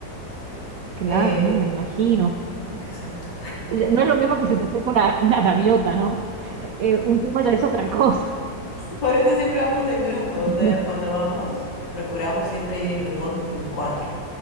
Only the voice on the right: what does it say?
Claro,
¿no? Me imagino.
Eh, No es lo mismo que se te acerque una, una gaviota, ¿no? Eh, un puma ya es otra cosa.
<laughs>